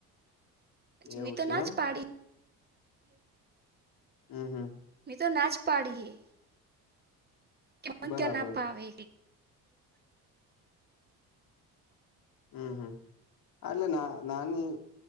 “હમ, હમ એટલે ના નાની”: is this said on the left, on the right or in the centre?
Left